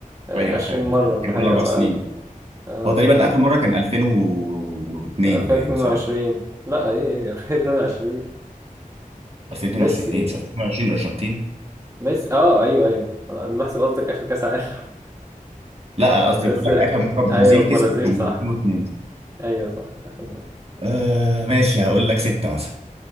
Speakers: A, on the right (about 20°); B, on the right (about 45°).
A: آه،
B: أيوه
A: 20
B: فاهم
A: مرة ولا
B: كان
A: حاجة
B: كل أربع
A: أو أقل
B: سنين
A: أه
B: هو تقريبا
A: فاهم
B: آخر مرة كان 2002
A: 2022
B: باين صح؟
A: لا إيه إيه 2022
B: 2022
A: ميسي
B: إيه مش 2022 الأرجنتين
A: ميسي أه أيوه أيوه أنا بحسب قصدك آخر كأس عالم
B: لا
A: <laughs>
B: قصدي
A: بس
B: بقول لك آخر مرة البرازيل
A: أيوه البرازيل
B: كسبت كان
A: صح
B: 2002
A: ايوه صح اخر مره
B: آه ماشي هقول لك ستة مثلا